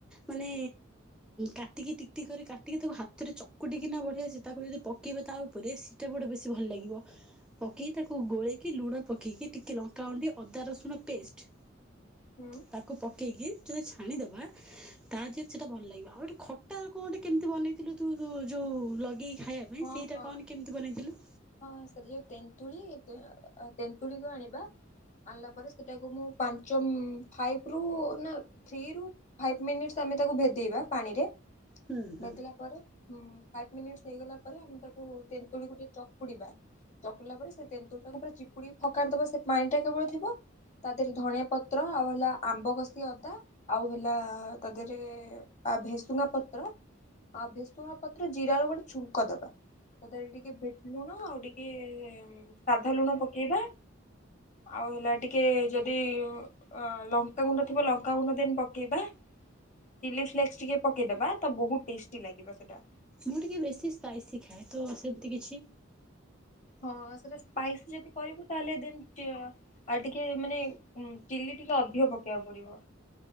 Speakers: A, in the centre; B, on the left.
A: ମାନେ କାଟିକି ଟି କୁଟି କରି କାଟିକି ତାକୁ ହାତରେ ଚକୁଟିକିନା ବଢିଆ ତାକୁ ଯଦି ପକେଇବା ତା ଉପରେ ସେଇଟା ଗୋଟେ ବେଶୀ ଭଲ ଲାଗିବ ପକେଇ ତାକୁ ଗୋଳେଇକି ଲୁଣ ପକେଇକି ଟିକିଏ ଲଙ୍କା ଗୁଣ୍ଡ ଟିକେ ଅଦା ରସୁଣ ପେଷ୍ଟ
B: ହୁଁ
A: ତାକୁ ପକାଇକି ଯଦି ଛାଣିଦେବା ତା ଦେହରେ ସେଟା ଭଲ ଲାଗିବ ଆଉ ଗୋଟେ ଖଟା କଣ ଗୋଟେ କେମିତି ବନେଇଥିଲୁ ତୁ ଯୋଉ ଯୋଉ ଲଗେଇକି ଖାଇବା
B: ହଁ
A: ଇଁ ସେଇଟା
B: ହଁ
A: କହନି କେମିତି ବନେଇଥିଲୁ
B: ହଁ ସେଠି ଯୋଉ ତେନ୍ତୁଳି ଅ ତେନ୍ତୁଳିକୁୁ ଆଣିବା ଆଣିଲା ପରେ ସେଟାକୁ ମୁଁ ପାଞ୍ଚ ମ ଫାଇଭରୁ ନା ଥ୍ରି ରୁ ଫାଇଭ ମିନିଟ ଆମେ ତାକୁ ଭେଦେଇବା ପାଣିରେ
A: ହୁଁ ହୁଁ।
B: ଭେଦିଲା ପରେ ଫାଇଭ ମିନିଟ ହେଇଗଲା ପରେ ଆମେ ତାକୁ ତେନ୍ତୁଳି କୁ ଟିକେ ଚ ଚକୁଡିବା ଚକୁଡିଲା ପରେ ସେ ତେନ୍ତୁଳିଟାକୁ ପୁରା ଚିପୁଡିକି ଫକାରି ଦବା ସେ ପାଣି ଟା କେବଳ ଥିବ ତା ଦେହରେ ଧଣିଆ ପତ୍ର ଆଉ ହେଲା ଆମ୍ବ କଷି ଅଦା ଆଉ ହେଲା ତା ଦେହରେ ଆ ଭେସୁଙ୍ଗା ପତ୍ର ଆଉ ଭେସୁଙ୍ଗା ପତ୍ର ଜୀରା ର ଗୋଟେ ଛୁଙ୍କ ଦବା ମୋତେ ଏଥି ଟିକେ ଭେ ଲୁଣ ଆଉ ଟିକେ ସାଧା ଲୁଣ ପକେଇବା ଆଉ ହେଲା ଟିକେ ଯଦି ଅ ଲଙ୍କାଗୁଣ୍ଡ ଥିବ ଲଙ୍କାଗୁଣ୍ଡ ଦେନ୍ ପକେଇବା ଚିଲି ଫ୍ଲେକ୍ସ ଟିକେ ପକେଇଦବା ତ ବହୁତ ଟେଷ୍ଟି ଲାଗିବ ସେଟା
A: ମୁଁ ଟିକେ ବେଶୀ ସ୍ପାଇସି ଖାଏ ତ ସେମିତି କିଛି
B: ହଁ ସେଟା ସ୍ପାଇସ୍ ଯଦି କରିବୁ ତାହେଲେ ଦେନ୍ ଆଉ ଟିକେ ମାନେ ଚିଲି ଟିକେ ଅଧିକ ପକେଇବାକୁ ପଡିବ।